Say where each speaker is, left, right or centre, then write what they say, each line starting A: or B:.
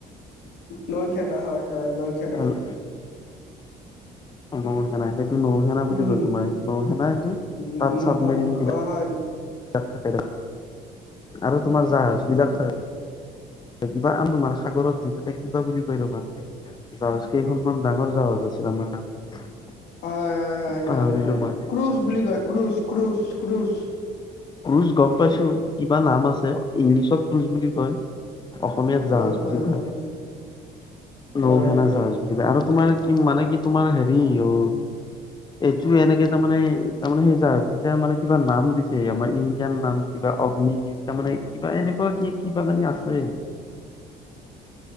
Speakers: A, on the left; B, on the left.
A: নৌ সেনা হয় হয়, নৌ সেনা।
B: হেল্ল'। নৌ সেনা, সেইটো নৌ সেনা বুলি
A: উম
B: কয় তোমাৰ, নৌ সেনা এইটো
A: উম
B: তাত চাবমেৰিন দি
A: হয় হয়।
B: <unintelligible> থাকে আৰু তোমাৰ জাহাজ বিলাক থাকে- কিবা আন তোমাৰ সাগৰত যি থাকে কিবা বুলি কৈ ৰবা, জাহাজ কেইখনমান ডাঙৰ জাহাজ আছে। <unintelligible>
A: হয় হয় হয়
B: পাহৰিলো
A: হয় হয়
B: মই
A: হয়, ক্ৰোচ বুলি কয়, ক্ৰোচ ক্ৰোচ ক্ৰোচ।
B: ক্ৰোচ গম পাইছো, কিবা নাম আছে ইংলিছত ক্ৰোচ বুলি কয়। অসমীয়াত জাহাজ
A: হয় হয়
B: বুলি কয়।
A: হয় হয়
B: নৌ
A: হয়
B: সেনা জাহাজ বুলি কয় আৰু তোমাৰ কি মানে কি তোমাৰ হেৰি অঁ'- এইটো এনেকে তাৰ মানে সেই <unintelligible> যেতিয়া মানে কিবা নাম দিছে আমাৰ ইণ্ডিয়ান নাম। কিবা অগ্নিবিৰ, তাৰ মানে কিবা এনেকুৱা কি কিবা কানি আছে।